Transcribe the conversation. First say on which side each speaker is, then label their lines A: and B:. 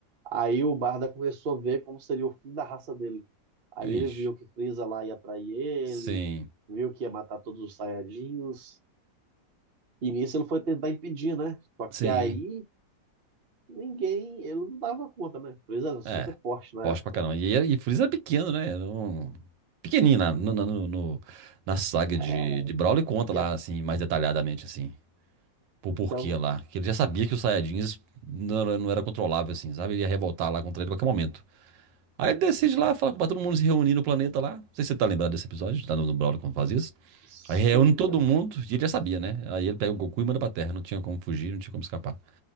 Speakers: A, on the right; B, on the right.
A: Aí o Barda começou a ver como seria o fim da raça dele. Aí ele
B: Ixi.
A: viu que Frieza lá ia trair ele,
B: Sim,
A: viu que ia matar todos os Saiyajins. E nisso ele foi tentar impedir, né? Só que
B: sim.
A: aí ninguém, ele não dava conta, né? Frieza era super
B: É,
A: forte na
B: forte
A: época.
B: pra caramba. E, e Freeza é pequeno, né? Era um- Pequenininho na, no- no- no- no- na saga de,
A: É,
B: de Brawler conta lá,
A: e a
B: assim, mais detalhadamente, assim, por
A: Então,
B: porquê lá. Que ele já sabia que os Saiyajins não era, não era controlável, assim, sabe? Ele ia revoltar lá contra ele a qualquer momento. Aí ele decide lá, fala pra todo mundo se reunir no planeta lá. Não sei se você tá lembrado desse episódio, lá no, no Brawler quando faz isso.
A: sim,
B: Aí reúne todo
A: cara.
B: mundo e ele já sabia, né? Aí ele pega o Goku e manda pra Terra. Não tinha como fugir, não tinha como escapar. Só